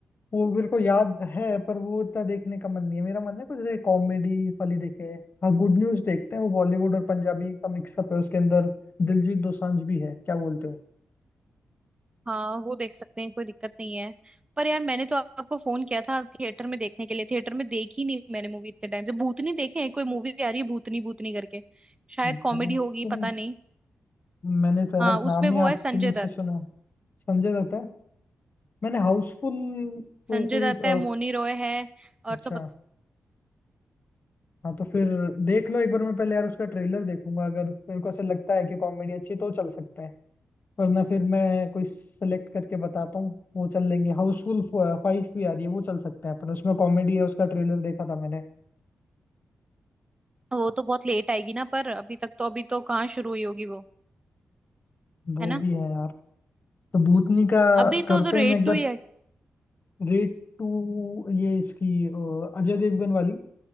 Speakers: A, on the left; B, on the right.
A: वो मेरे को याद है पर वो इतना देखने का मन नहीं है मेरा मन है कुछ जैसे कॉमेडी वाली देखे हाँ गुड न्यूज देखते हैं वो बॉलीवुड और पंजाबी का मिक्सअप है उसके अंदर दिलजीत दोसांझ भी है क्या बोलते हो
B: हाँ वो देख सकते हैं कोई दिक्कत नहीं है पर यार मैंने तो आपको फोन किया था थिएटर में देखने के लिए थिएटर में देखी नहीं मैंने मूवी इतने टाइम से भूतनी देखे हैं कोई मूवी आ रही है भूतनी भूतनी करके शायद
A: भूत
B: कॉमेडी होगी
A: तो नहीं
B: पता नहीं
A: मैंने तो यार
B: हाँ
A: नाम
B: उसमें वो
A: ही आपके
B: है संजय
A: मुंह
B: दत्त
A: से सुना है संजय दत्त है मैंने हाउसफुल तो
B: संजय
A: कोई
B: दत्त
A: अ,
B: है मोनी रॉय है और
A: अच्छा
B: तो पता
A: हाँ तो फिर देख लो एक बार मैं पहले यार उसका ट्रेलर देखूंगा अगर मेरे को ऐसा लगता है कि कॉमेडी अच्छी है, तो चल सकते हैं वरना फिर मैं कोई सेलेक्ट करके बताता हूँ वो चल लेंगे हाउसफुल फाइव भी आ रही है वो चल सकते हैं अपन उसमें कॉमेडी है उसका ट्रेलर देखा था मैंने
B: वो तो बहुत लेट आएगी ना पर अभी तक तो अभी तो कहाँ शुरू हुई होगी वो
A: वो
B: है ना
A: भी है यार तो भूतनी का
B: अभी
A: करते
B: तो तो
A: हैं
B: रेड
A: मैं एक
B: टू
A: बार
B: ही है
A: रेट टू ये इसकी अ, अजय देवगन वाली